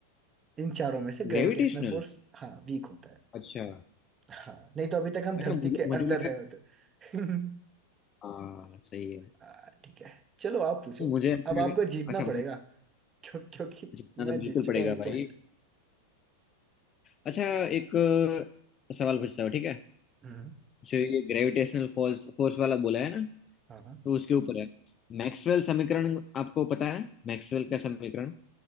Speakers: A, on the right (about 20°); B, on the left (about 25°).
A: इन चारों में से ग्रेविटेशनल
B: ग्रेविटेशनल
A: फोर्स हाँ वीक होता है
B: अच्छा
A: हाँ नहीं तो अभी तक हम
B: अच्छा
A: धरती
B: मुझे
A: के
B: मुझे
A: अंदर
B: लगा
A: है तो <laughs>
B: हाँ सही है
A: आ, ठीक है चलो आप पूछो
B: नहीं, मुझे ऐसा
A: अब आपको
B: लगा
A: जीतना
B: अच्छा
A: पड़ेगा
B: मुझे
A: क्यों क्योंकि
B: जीतना तो
A: मैं
B: बिल्कुल
A: जीत चुका
B: पड़ेगा
A: हूँ एक
B: भाई
A: पॉइंट
B: अच्छा एक अ, सवाल पूछता हूँ ठीक है
A: हम्म
B: जो ये ग्रेविटेशनल फोर्स फोर्स वाला बोला है ना
A: हाँ हाँ
B: तो उसके ऊपर है मैक्सवेल समीकरण आपको पता है मैक्सवेल का समीकरण